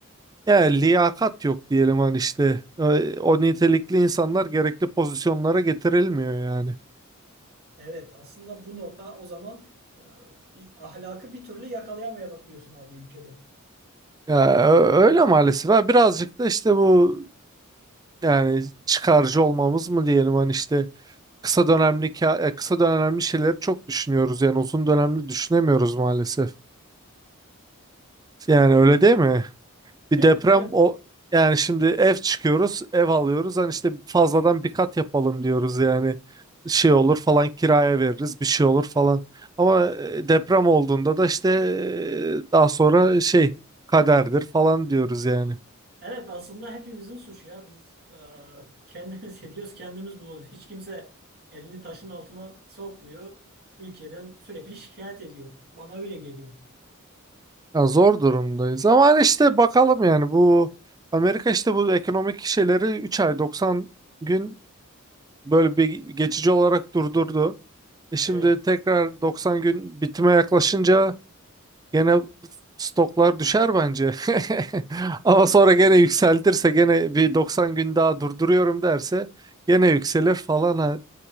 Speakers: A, on the right (about 15°); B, on the right (about 45°).
A: Yani liyakat yok diyelim hani işte Ö- o nitelikli insanlar gerekli pozisyonlara getirilmiyor yani.
B: Evet, aslında bu nokta o zaman e, bir ahlakı bir türlü yakalayamayalım diyorsun abi ülkede.
A: Ya ö- öyle maalesef. Ha, birazcık da işte bu yani çıkarcı olmamız mı diyelim hani işte kısa dönemli ka- e, kısa dönemli şeyleri çok düşünüyoruz yani uzun dönemli düşünemiyoruz maalesef. Yani öyle değil mi? Bir
B: Evet,
A: deprem
B: evet.
A: o yani şimdi ev çıkıyoruz, ev alıyoruz. Hani işte fazladan bir kat yapalım diyoruz yani. Şey olur falan kiraya veririz, bir şey olur falan. Ama e, deprem olduğunda da işte e, daha sonra şey kaderdir falan diyoruz yani.
B: Evet aslında hepimizin suçu ya. Biz e, kendimiz <laughs> ediyoruz, kendimiz buluyoruz. Hiç kimse elini taşın altına sokmuyor. Ülkeden sürekli şikayet ediyor. Bana öyle geliyor.
A: Yani zor durumdayız. Ama hani işte bakalım yani bu Amerika işte bu ekonomik şeyleri üç ay doksan gün böyle bir geçici olarak durdurdu. E şimdi
B: Evet.
A: tekrar 90 gün bitime yaklaşınca Gene stoklar düşer bence. <laughs> Ama sonra gene yükseltirse gene bir 90 gün daha durduruyorum derse gene yükselir falan. Hani